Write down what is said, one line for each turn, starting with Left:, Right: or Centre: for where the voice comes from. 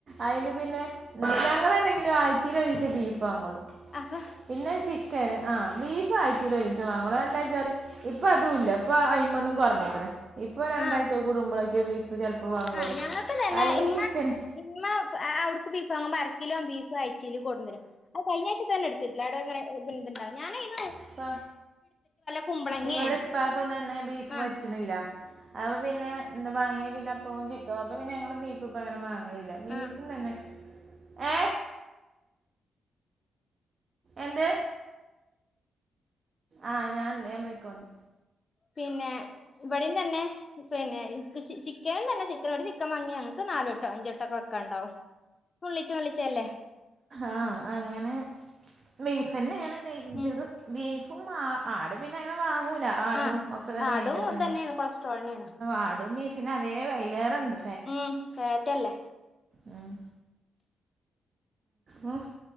Right: അയില് പിന്നെ ഞങ്ങളല്ലെങ്കിലും ആയ് ച്ചിലൊരീസ ബീഫ് വാങ്ങോളൂ
Left: അപ്പോ
Right: പിന്നെ ചിക്കൻ ആഹ് ബീഫ് അയ്ചേലൊരീസവാങ്ങള്ളൂ അതെന്താച്ചാല് ഇപ്പൊ അതും ഇല്ല ഇപ്പൊ അയിമ്മേന്നും കുറഞ്ഞിക്കണ് ഇപ്പോ രണ്ടാഴ്ച
Left: ആ
Right: കൂടുമ്പോലൊക്കെ ബീഫ് ചെലപ്പോ വാങ്ങുഒള്ളൂ.
Left: ആഹ് ഞങ്ങൾക്ക് തന്നെ
Right: അല്ലെങ്കിൽ
Left: ഇമ്മ
Right: ചിക്കന്
Left: ഇമ്മ അവിട്ക്ക്‌ ബീഫാങ്ങുമ്പോ അരക്കിലോ ബീ ആയ്ച്ചീല് കൊട്‌ന്നര അഹ് കയ്ഞ്ഞ ആഴ്ച്ചതന്നെ എട്ത്തിട്ടില്ല. അവ്ടെ ങ്ങനെ ബുന്ണ്ടാക ഞാനയ്ന്
Right: ഇപ്പ
Left: കുമ്പളങ്ങേ
Right: ഇവടെ ഇപ്പാക്കും തന്നെ ബീഫ്
Left: ആഹ്
Right: പറ്റ്ണ്ല്ല. അപ്പ പിന്നെ എന്താ വാങ്ങിയ പിന്നെ അപ്പോ ചി <unintelligible> അപ്പ പിന്ന ഞങ്ങള് ബീഫ് ഇപ്പങ്ങനെ മാങ്ങ്ണില്ല, ബീഫും
Left: ആഹ്
Right: തന്നെ ഏ എന്ത് ആ ഞാൻണ്ട് ഞാപൊയ്ക്കോണ്ട്.
Left: പിന്നെ ഇവടിം തന്നെ പിന്നെ ചി ചിക്കനും തന്നെ ചിക്കനോട് ചിക്കൻ മാങ്ങിയാ ഞങ്ങക്ക് നാലട്ടോ അഞ്ച ട്ടൊക്കെ വെക്കാണ്ടാവും. നുള്ളിച്ചേ നുള്ളിച്ചേയല്ലേ.
Right: ആഹ് അങ്ങനെ ബീഫന്നെയാണ് ഡൈഞ്ചറ്.
Left: ഉം
Right: ബീഫും ആ ആട് പിന്നെ അങ്ങനെ വാങ്ങൂ ല്ല. ആടും
Left: ആഹ്
Right: ഒക്കെ ഡേഞ്ചർ
Left: ആടും
Right: തന്നെ.
Left: തന്നെയാണ് കൊളസ്ട്രോളിനാണ്
Right: ആടും ബീഫിനും അതേ വയ്ലേറണ്ട്.
Left: ഉം ഫേറ്റല്ലേ
Right: ഉം ഉം